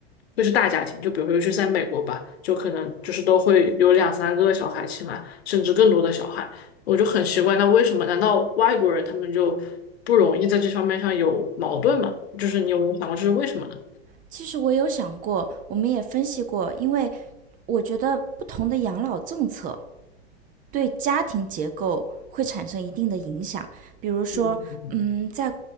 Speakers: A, on the left; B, on the right.
A: 会是大家庭，就比如说尤其是在美国吧，就可能就是都会有两三个小孩起来，甚至更多的小孩。我就很奇怪，那为什么？难道外国人他们就不容易在这方面上有矛盾吗？就是你有没有想过这是为什么呢？
B: 其实我有想过，我们也分析过，因为我觉得不同的养老政策，对家庭结构会产生一定的影响。比如说，
A: 嗯，
B: 嗯，在